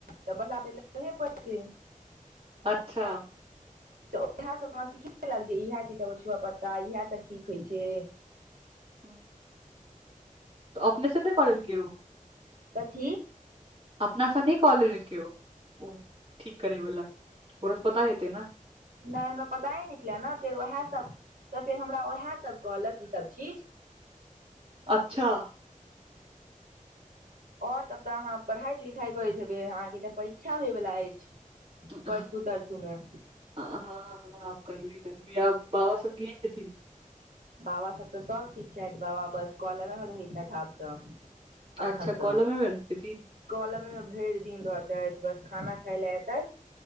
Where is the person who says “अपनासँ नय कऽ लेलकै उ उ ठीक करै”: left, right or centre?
Right